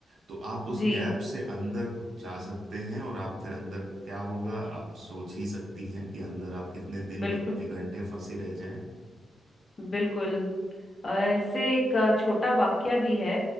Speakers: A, on the right; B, on the left.
A: तो आप उस
B: जी
A: गैप से अंदर घु- जा सकते हैं और आप फिर अंदर क्या होगा आप सोच ही सकती हैं कि अंदर आप कितने दिन
B: बिल्कुल
A: कितने घंटे फंसे रह जाएं
B: बिल्कुल अ, ऐसे एक अ, छोटा वाक्या भी है